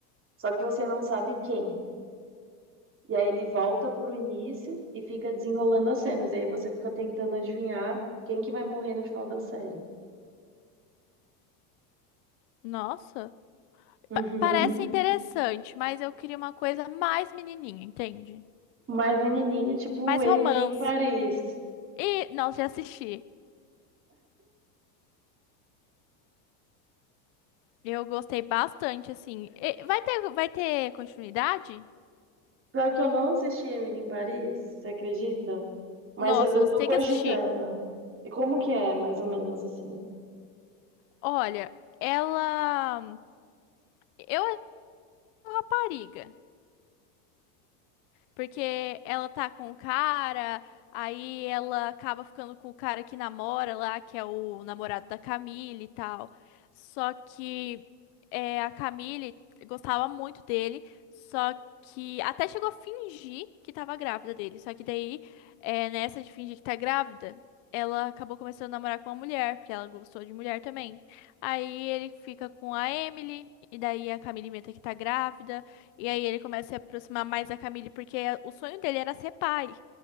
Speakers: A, on the right; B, on the left.
A: Só que você não sabe quem. E aí ele volta pro início e fica desenrolando as cenas. E aí você fica tentando adivinhar quem que vai morrer no final da série.
B: nossa,
A: Uhum.
B: Pa- parece interessante, mas eu queria uma coisa mais menininha, entende?
A: Mas menininha, tipo
B: Mais
A: Emily
B: romance.
A: em Paris.
B: E, nossa, já assisti. Eu gostei bastante, assim. E vai ter, vai ter continuidade?
A: Pior que eu não assisti Emily em Paris, você acredita? Mas
B: Nossa,
A: eu, eu
B: você
A: tô
B: tem
A: cogitando.
B: que assistir.
A: E como que é, mais ou menos, assim?
B: Olha, ela... Eu acho uma rapariga. Porque ela tá com o cara, aí ela acaba ficando com o cara que namora lá, que é o namorado da Camille e tal. Só que é, a Camille gostava muito dele, só que até chegou a fingir que tava grávida dele. Só que daí, é, nessa de fingir que tá grávida, ela acabou começando a namorar com uma mulher, porque ela gostou de mulher também. Aí ele fica com a Emily, e daí a Camille inventa que tá grávida. E aí ele começa a se aproximar mais da Camille, porque é, o sonho dele era ser pai.